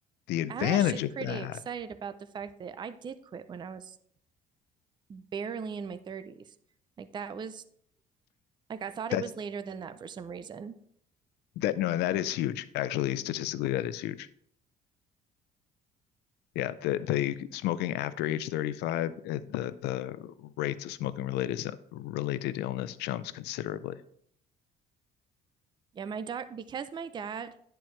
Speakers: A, on the left; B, on the right.
A: the advantage
B: I'm actually pretty
A: of that,
B: excited about the fact that I did quit when I was barely in my 30s. Like that was like I thought
A: that's
B: it was later than that for some reason.
A: that no, and that is huge. Actually, statistically, that is huge. Yeah, the the smoking after age 35, uh, the the rates of smoking related related illness jumps considerably.
B: Yeah, my doc, because my dad